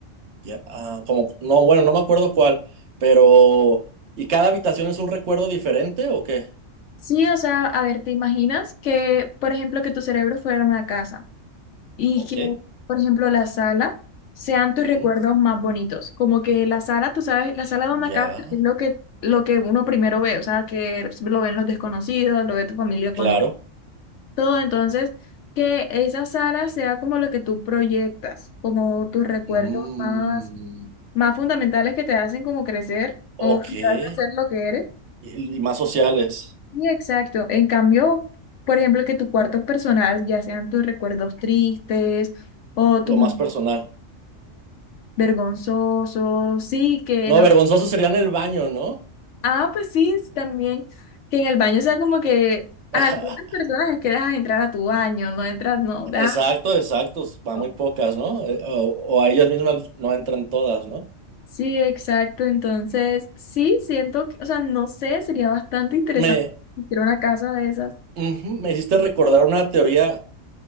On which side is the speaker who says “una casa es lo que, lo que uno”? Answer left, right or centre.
Left